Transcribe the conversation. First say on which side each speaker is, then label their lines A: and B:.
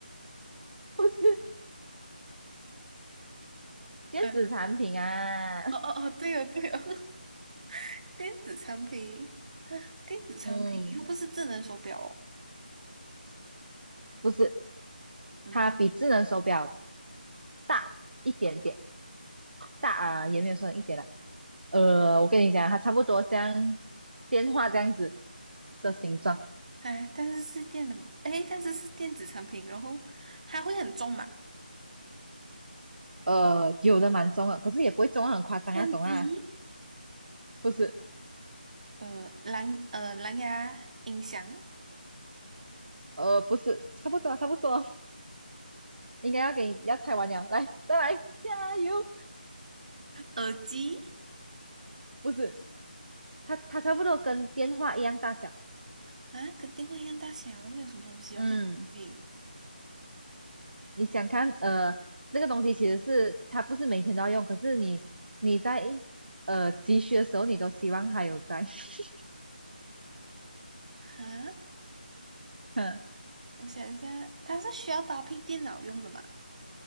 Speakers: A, on the right; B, on the right.
A: 不是电子产品啊，
B: 嗯，哦哦哦，对哦对哦，<laughs> 电子产品，电子产品又不是智能手表哦，
A: <laughs> 嗯，不是，
B: 嗯，
A: 它比智能手表大一点点，大啊，也没有说一点啦。呃，我跟你讲，它差不多像电话这样子的形状，
B: 哎，但是是电脑，哎，但是是电子产品，然后它会很重嘛？
A: 呃，有的蛮重的，可是也不会重到很夸张那种啊，
B: 相机，
A: 不是。
B: 呃，蓝呃蓝牙音响，
A: 呃，不是，差不多啊差不多，应该要给你要拆完了，来，再来，加油！
B: 耳机
A: 不是，它它差不多跟电话一样大小。
B: 啊，跟电话一样大小，有什么东西哦？
A: 嗯，
B: 电子产品
A: 你想看，呃，这个东西其实是它不是每天都要用，可是你你在呃急需的时候，你都希望它有在。<laughs>
B: 啊，
A: 嗯，
B: 我想一下，它是需要搭配电脑用的嘛？